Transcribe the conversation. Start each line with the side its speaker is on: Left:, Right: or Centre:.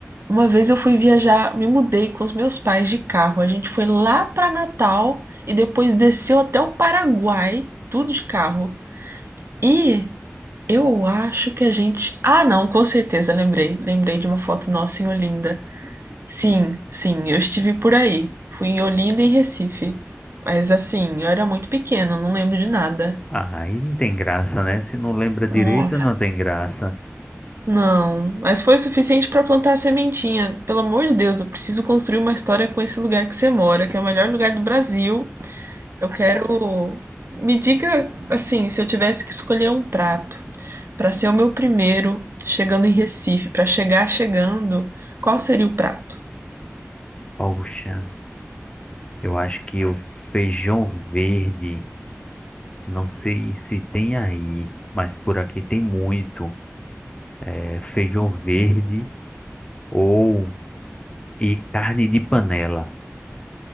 Right: Uma vez eu fui viajar, me mudei com os meus pais de carro. A gente foi lá pra Natal e depois desceu até o Paraguai, tudo de carro. E eu acho que a gente. Ah, não, com certeza, lembrei. Lembrei de uma foto nossa em Olinda. Sim, sim, eu estive por aí. Fui em Olinda e Recife. Mas assim, eu era muito pequena, não lembro de nada.
Left: Ah, aí não tem graça, né? Se não lembra
Right: Nossa.
Left: direito, não tem graça.
Right: Não, mas foi o suficiente para plantar a sementinha. Pelo amor de Deus, eu preciso construir uma história com esse lugar que você mora, que é o melhor lugar do Brasil. Eu quero. Me diga, assim, se eu tivesse que escolher um prato para ser o meu primeiro chegando em Recife, para chegar chegando, qual seria o prato?
Left: Poxa, eu acho que o feijão verde, não sei se tem aí, mas por aqui tem muito. É feijão verde ou. E carne de panela.